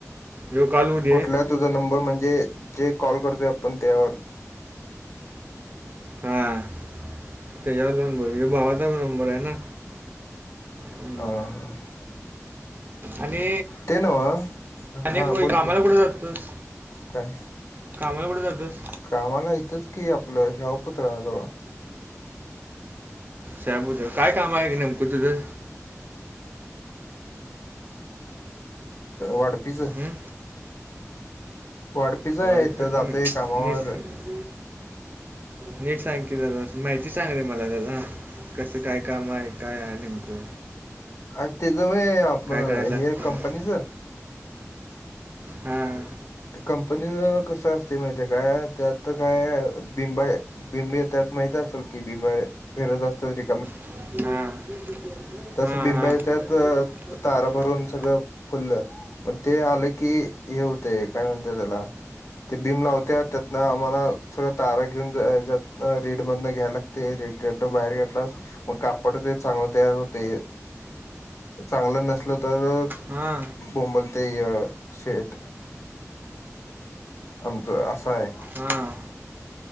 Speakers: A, on the right; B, on the left.
A: जो कॉल होऊ दे
B: कुठला तुझा नंबर म्हणजे जे कॉल करतोय आपण त्यावर.
A: हां त्याच्यावर जाऊन बघ हा भावाचाच नंबर आहे ना? हम्म.
B: हां
A: आणि
B: ते नव्ह
A: अनेक
B: हा
A: व
B: बोल
A: <unintelligible> कामाला
B: की
A: कुठे जातो तु?
B: काय
A: कामाला कुठ जातोस?
B: कामाला इथच की आपल ह्या पुतळ्याजवळ.
A: साहेबूत काय काम आहे नेमक तुझ?
B: वाढपीच.
A: हं?
B: वाढपीच
A: वाढपी-
B: आहे इथ
A: म-
B: जातय कामावर.
A: नीट नीट सांग की जरा, माहिती सांग रे मला दादा. कस काय काम आहे काय आहे नेमक.
B: आ त्याच व्हय
A: करायला लागतं
B: हे कंपनीच?
A: हां
B: कंपनीच कस असते माहिते काय त्यात तर काय बिंब आहेत. बिंब येतात माहित असेल की बिंब पेरत असतात ते.
A: हम् हम्
B: तस बिंब येतात
A: हम्म
B: तारा भरून सगळं फुल्ल मग ते आल की हे होतय. काय म्हणतात त्याला? ते बीम लावत्यात त्यातन आम्हाला सगळ तारा घेऊन ज रेड मधन घ्यायला लाग ते रेड्डी रेडड बाहेर घेतलास मग कापड ते चांगल तयार होते. चांगल नसल तर
A: हां
B: बोंबलतय शेट. आमच अस हाय.
A: हां